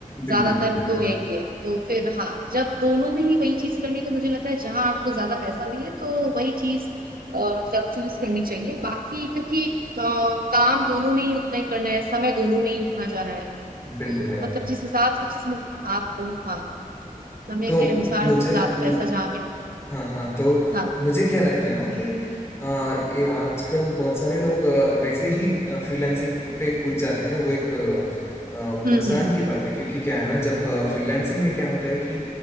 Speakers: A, on the left (about 20°); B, on the right (about 85°).
A: बिल्कुल
B: ज्यादातर
A: बिल्कुल
B: तो
A: यार
B: यही है तो फिर हाँ जब दोनों में ही वही चीज करनी है, तो मुझे लगता है जहां आपको ज्यादा पैसा मिले तो वही चीज अ, मतलब चूज करनी चाहिए बाकी क्योंकि अ, काम दोनों में ही उतना ही करना है समय दोनों में ही उतना जाना है
A: बिल्कुल
B: तो
A: यार
B: मतलब जिस हिसाब से जिसमें आपको हाँ समय
A: तो
B: के अनुसार
A: मुझे
B: मतलब ज्यादा
A: मु-
B: पैसा जहाँ मिले
A: हाँ हाँ तो
B: हाँ
A: मुझे क्या लगता है ना कि आ, ये आजकल बहुत सारे लोग आ, वैसे ही फ्रीलांसिंग पे कूद जाते हैं वो एक आ, आ, नुकसान
B: हम्म हम्म
A: की बात है क्योंकि क्या है ना जब फ्रीलांसिंग में क्या होता है कि